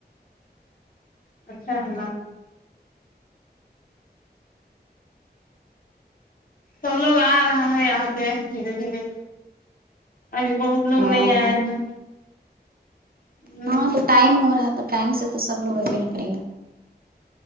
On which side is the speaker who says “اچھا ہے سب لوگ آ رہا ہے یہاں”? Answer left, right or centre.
Left